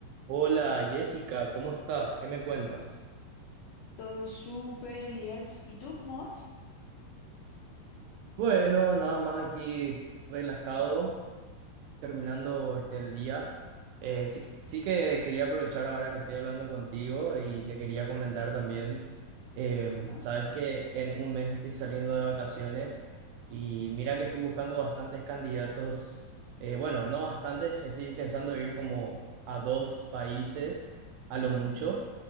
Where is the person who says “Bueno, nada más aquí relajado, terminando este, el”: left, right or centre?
Right